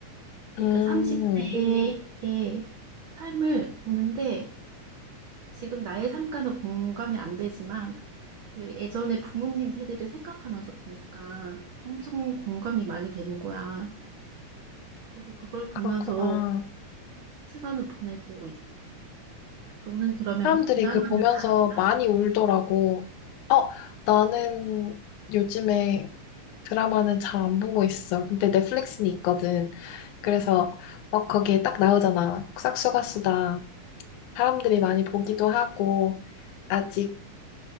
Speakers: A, on the right; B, on the left.
A: 근데
B: 음,
A: 그 30대의 삶을 보는데 지금 나의 삶과는 공감이 안 되지만 그 예전에 부모님 세대를 생각하면서 보니까 엄청 공감이 많이 되는 거야. 그래서 그걸 보면서
B: 그렇구나.
A: 시간을 보내고 있어. 너는 그러면
B: 사람들이
A: 드라마는
B: 그 보면서
A: 잘 안 봐?
B: 많이 울더라고. 어, 나는 요즘에 드라마는 잘 안 보고 있어. 근데 넷플릭스는 있거든. 그래서 막 거기에 딱 나오잖아. 싹수가 수다. 사람들이 많이 보기도 하고 아직